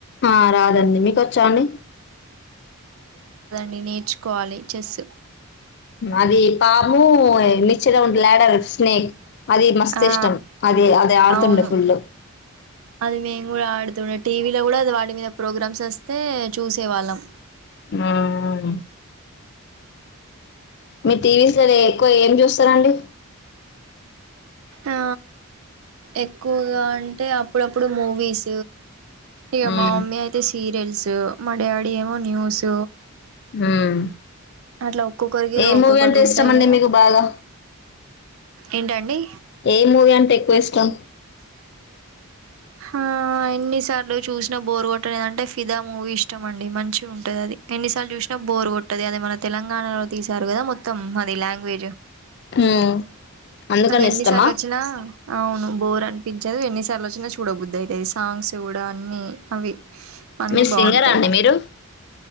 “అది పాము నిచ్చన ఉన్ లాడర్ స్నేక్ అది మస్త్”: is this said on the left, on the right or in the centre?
Left